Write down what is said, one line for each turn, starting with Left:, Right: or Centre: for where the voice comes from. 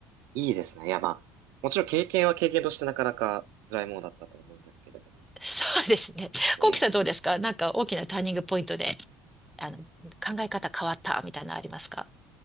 Right: いいですね。いや、まあ、もちろん経験は経験としてなかなか辛いものだったと思うんですけれども。
Centre: そうですね。コウキさんどうですかなんか大きなターニングポイントで、
Right: え
Centre: あの、考え方変わったみたいなのありますか